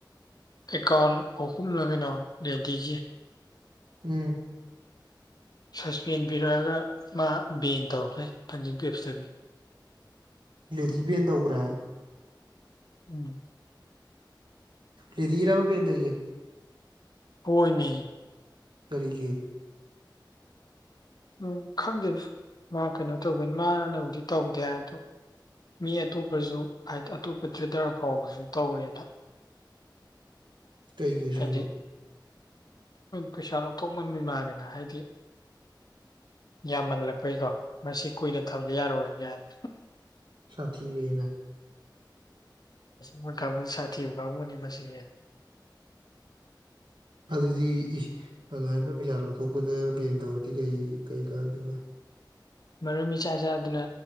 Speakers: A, on the left; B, on the right.
A: ꯑꯦꯀꯥꯎꯟ ꯑꯍꯨꯝꯂ ꯀꯧꯅꯣ ꯑꯦꯗꯤꯒꯤ
B: ꯎꯝ
A: ꯁꯁꯄꯦꯟ ꯄꯤꯔꯛꯑꯒ ꯃꯥ ꯕꯦꯟ ꯇꯧꯈ꯭ꯔꯦ ꯐꯟꯗꯤꯡ ꯄꯤꯞꯁꯇꯒꯤ
B: <inaudible> ꯑꯦꯗꯤ ꯕꯦꯟ ꯇꯧꯈ꯭ꯔꯦ
A: ꯎꯝ
B: ꯂꯦꯗꯤꯔꯥꯕ ꯕꯦꯟ ꯇꯩꯖꯦ
A: ꯍꯣꯏ ꯃꯤ
B: ꯀꯔꯤꯒꯤ
A: ꯎꯝ ꯈꯪꯗꯦꯗ ꯃꯥ ꯀꯩꯅꯣ ꯇꯧꯕꯩꯅꯤ ꯃꯥꯅꯕꯨꯗꯤ ꯇꯧꯗꯦ ꯍꯥꯏ ꯑꯗꯣ ꯃꯤ ꯑꯇꯣꯞꯄꯁꯨ ꯍꯥꯏ ꯑꯇꯣꯞꯄ ꯇ꯭ꯔꯦꯗꯔ ꯑꯐꯥꯎꯕꯁꯨ ꯇꯧꯋꯦꯅ
B: ꯀꯩꯒꯤ ꯑꯣꯏꯖꯥꯠꯅꯣ
A: ꯍꯥꯏꯗꯤ ꯄꯩꯁꯥ ꯂꯧꯊꯣꯛꯃꯟꯕꯩ ꯃꯥꯜꯂꯦꯅ ꯍꯥꯏꯗꯤ ꯌꯥꯝꯃꯜꯂꯛꯄꯩꯀꯣ ꯃꯁꯤ ꯀꯨꯏꯅ ꯊꯝꯕ ꯌꯥꯔꯣꯏ ꯀꯥꯏꯅ
B: ꯁꯥꯊꯤꯔꯦꯅ
A: ꯃꯣꯏ ꯀꯥꯡꯕꯨꯁꯤ ꯁꯥꯊꯤꯕ ꯀꯥꯡꯕꯨꯅꯤ ꯃꯁꯤꯌꯦꯅ
B: ꯑꯗꯨꯗꯤ ꯏꯁ ꯑꯗꯋꯥꯏꯅ ꯄꯩꯁꯥ ꯂꯧꯊꯣꯛꯄꯗ ꯕꯦꯟ ꯇꯧꯔꯗꯤ ꯀꯩ ꯀꯩ ꯀꯥꯟꯗꯣꯏꯕ
A: ꯃꯔꯝ ꯏꯆꯥ ꯏꯆꯥꯗꯅ